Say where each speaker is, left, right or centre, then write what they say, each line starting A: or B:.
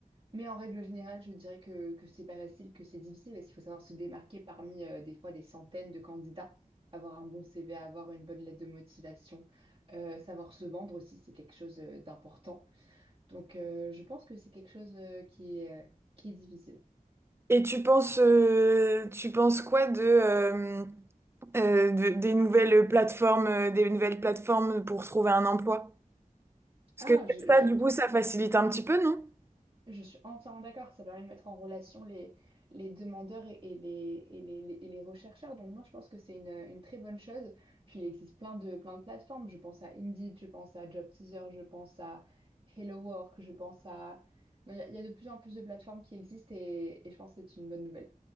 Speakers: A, on the right; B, on the right.
A: Mais en règle générale, je dirais que, que c'est pas facile, que c'est difficile, parce qu'il faut savoir se démarquer parmi euh, des fois des centaines de candidats, avoir un bon CV, avoir une bonne lettre de motivation, euh, savoir se vendre aussi, c'est quelque chose euh, d'important. Donc, euh, je pense que c'est quelque chose euh, qui est, euh, qui est difficile.
B: Et tu penses, euh, tu penses quoi de, euh, euh, de- des nouvelles plateformes, euh, des nouvelles plateformes pour trouver un emploi? Parce
A: Ah,
B: que
A: je,
B: ça,
A: je
B: du
A: touche
B: coup, ça facilite un petit peu, non?
A: Je suis entièrement d'accord, ça permet de mettre en relation les, les demandeurs et, et les, et les, les- et les rechercheurs. Donc non, je pense que c'est une, une très bonne chose. Puis il existe plein de, plein de plateformes. Je pense à Indeed, je pense à Job Teaser, je pense à Hello Work, je pense à... Non, Il y, a il y a de plus en plus de plateformes qui existent et, et je pense que c'est une bonne nouvelle.